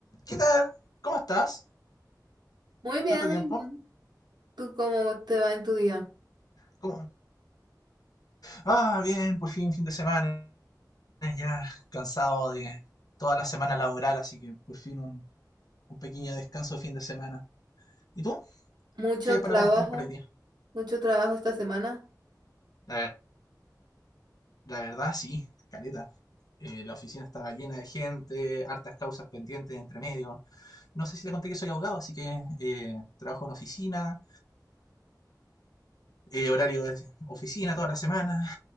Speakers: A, on the left (about 60°); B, on the right (about 80°).
A: ¿Qué tal? ¿Cómo estás?
B: Muy bien,
A: ¿Tanto tiempo?
B: muy bien. ¿Tú cómo te va en tu día?
A: ¿Cómo? Ah, bien, por fin, fin de semana. Ya cansado de toda la semana laboral, así que por fin un, un pequeño descanso de fin de semana. ¿Y tú?
B: Mucho
A: ¿Qué panoramas
B: trabajo,
A: tienes para hoy día?
B: mucho trabajo esta semana.
A: La, ver- la verdad, sí, caleta. Eh, la oficina estaba llena de gente, hartas causas pendientes entre medio. No sé si te conté que soy abogado, así que eh, trabajo en oficina, eh, horario de oficina toda la semana,